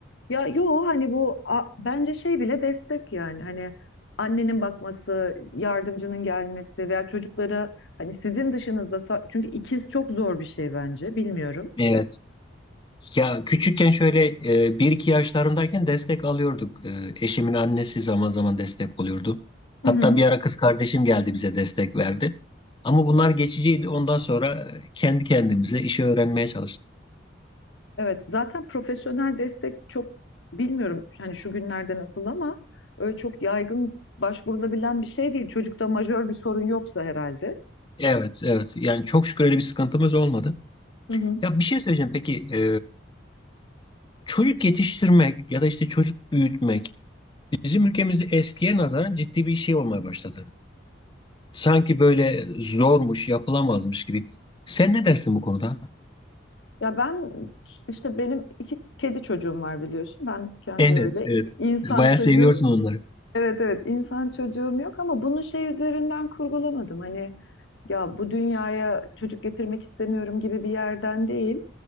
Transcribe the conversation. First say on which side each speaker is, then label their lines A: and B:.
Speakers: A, on the left; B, on the left.
A: Ya yo hani bu a- bence şey bile destek yani hani annenin bakması, yardımcının gelmesi veya çocuklara hani sizin dışınızda sa- çünkü ikiz çok zor bir şey bence bilmiyorum.
B: Evet. Ya küçükken şöyle e, bir iki yaşlarımdayken destek alıyorduk. Ee, eşimin annesi zaman zaman destek oluyordu.
A: Hı
B: Hatta
A: hı.
B: bir ara kız kardeşim geldi bize destek verdi. Ama bunlar geçiciydi. Ondan sonra e, kendi kendimize işi öğrenmeye çalıştık.
A: Evet, zaten profesyonel destek çok bilmiyorum hani şu günlerde nasıl ama öyle çok yaygın başvurulabilen bir şey değil. Çocukta majör bir sorun yoksa herhalde.
B: Evet, evet. Yani çok şükür öyle bir sıkıntımız olmadı.
A: Hı hı.
B: Ya bir şey söyleyeceğim. Peki e, çocuk yetiştirmek ya da işte çocuk büyütmek bizim ülkemizde eskiye nazaran ciddi bir şey olmaya başladı. sanki böyle zormuş, yapılamazmış gibi. Sen ne dersin bu konuda?
A: Ya ben işte benim iki kedi çocuğum var biliyorsun. Ben kendi
B: Evet,
A: öyle
B: evet.
A: insan
B: Bayağı
A: çocuğum.
B: seviyorsun onları.
A: Evet evet insan çocuğum yok ama bunu şey üzerinden kurgulamadım. Hani ya bu dünyaya çocuk getirmek istemiyorum gibi bir yerden değil.